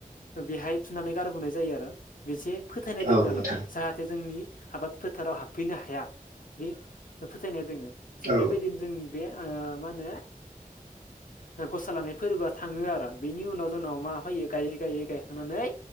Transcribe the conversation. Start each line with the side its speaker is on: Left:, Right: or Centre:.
Left: बेहाय थुनानै गारबोनाय जायो आरो बेसे फोथायनाय दोङो
Right: औ नोंथां
Left: आरो जाहाथे जोंनि आबाद फोथाराव हाबफैनो हाया। बे फोथायनाया दोङो थिग
Right: औ
Left: बेबायदिनो जोंनि बे ओ मा होनो। ओ गसा लानाय फोर्बोआ थाङो आरो बेनि उनाव जोंनाव माबा फैयो गायै गायै गायखांनानै।